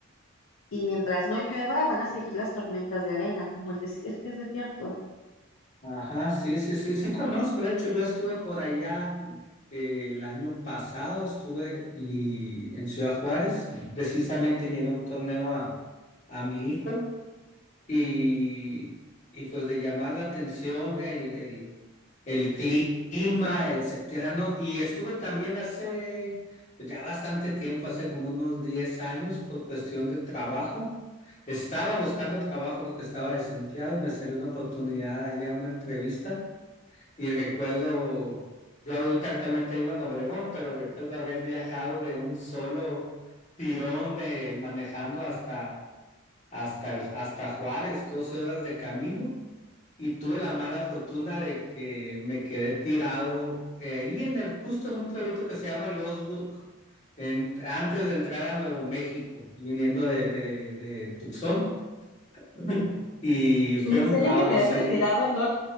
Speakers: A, on the left (about 75°); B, on the left (about 35°).
A: y mientras no llueva van a seguir las tormentas de arena, como el desierto. Es que es desierto.
B: Ajá, sí, sí, sí, sí conozco. De hecho, yo estuve por allá eh, el año pasado, estuve y, en Ciudad Juárez, precisamente llevé un torneo a, a mi hijo y, y pues de llamar la atención el, el, el clima, etcétera, ¿no? Y estuve también hace pues, ya bastante tiempo, hace como unos 10 años, por cuestión de trabajo. Estaba buscando trabajo porque estaba desempleado y me salió una oportunidad allá, una entrevista. Y recuerdo, yo ahorita actualmente vivo en Obregón, pero recuerdo haber viajado de un solo tirón de manejando hasta hasta, el- hasta Juárez, 12 horas de camino, y tuve la mala fortuna de que me quedé tirado eh, ahí en el, justo en un pueblito que se llama Losburg, en- antes de entrar a Nuevo México, viniendo de, de, de Tucson, <laughs> y fue
A: ¿En
B: un
A: serio
B: caos
A: te quedaste
B: ahí.
A: tirado en Lod?